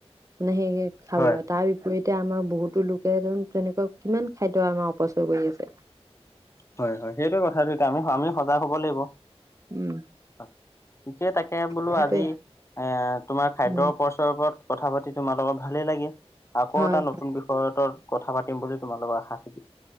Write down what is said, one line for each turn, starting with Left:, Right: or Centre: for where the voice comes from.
Right: মানে সেই খাবলৈ
Left: হয়
Right: তাৰ এতিয়া আমাৰ বহুতো লোকে তেনেকুৱা কিমান খাদ্য আমাৰ অপচয় কৰি আছে
Left: হয় হয় সেইটো কথাটো এতিয়া আমি আমি সজাগ হ'ব লাগিব
Right: উম
Left: হয় িকেই তাকে বোলো
Right: সেইটোৱে
Left: আজি এ তোমাৰ খাদ্যৰপ
Right: উম
Left: ওপৰত কথা পাতি তোমাল লগৰ ভালেই লাগে আকৌ
Right: হয়
Left: এটা নতুন বিষয় কথা পাতিম বুলি তোমালোকৰ আশা থাকি